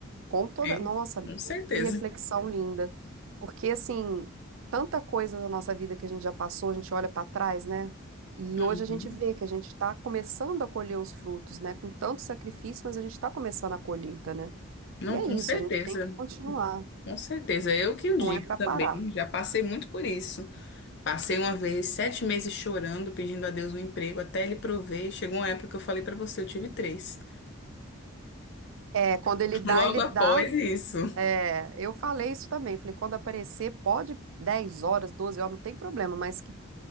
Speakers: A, on the right (about 65°); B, on the left (about 55°).
A: Com toda.
B: É,
A: Nossa, amiga,
B: com certeza.
A: que reflexão linda. Porque, assim, tanta coisa da nossa vida que a gente já passou, a gente olha para trás, né? E hoje
B: Uhum.
A: a gente vê que a gente está começando a colher os frutos, né? Com tanto sacrifício, mas a gente está começando a colheita, né?
B: Não,
A: E é
B: com
A: isso,
B: certeza.
A: a gente tem que continuar,
B: Com certeza. Eu que o digo
A: não é para
B: também.
A: parar.
B: Já passei muito por isso. Passei uma vez sete meses chorando, pedindo a Deus um emprego, até ele prover. Chegou uma época que eu falei pra você, eu tive três.
A: É, quando ele
B: <laughs>
A: dá,
B: Logo
A: ele
B: após
A: dá.
B: isso.
A: É, eu falei isso também, falei, quando aparecer, pode 10 horas, 12 horas, não tem problema, mas que